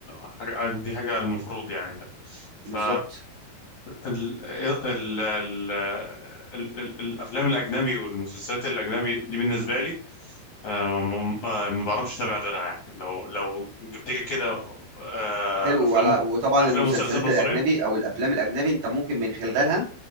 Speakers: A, on the left; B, on the right.
A: حاجة دي حاجة المفروض يعني ده ف
B: بالظبط
A: ال... ال... ال... ال... ال... الافلام الاجنبي والمسلسلات الاجنبي دي بالنسبة لي آه ما آه، ما بعرفش اتابع غيرها يعني لو لو جبت لي كده آه
B: حلو
A: افلام
B: وعلى وطبعا
A: افلام
B: المسلسلات
A: ومسلسلات مصرية
B: الاجنبي او الافلام الاجنبي انت ممكن من خلالها